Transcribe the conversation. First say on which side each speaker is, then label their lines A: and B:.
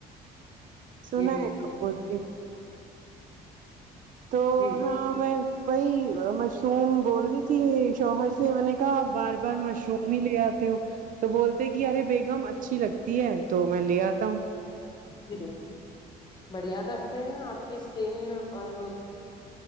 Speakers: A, on the right; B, on the left.
A: سنا
B: بالکل
A: ہے تو بتے تو
B: جی
A: ہاں میں وہی مشروم بول رہی تھی شوہر سے میں نے کہاپ بار بار مشروم ہی لے آتے ہو تو بولتے کہ ارے بیگم اچھی لگتی ہے تو میں لے آتا ہوں
B: جی <unintelligible> بڑھیا کرتے ہیں آپ کی اسکن اور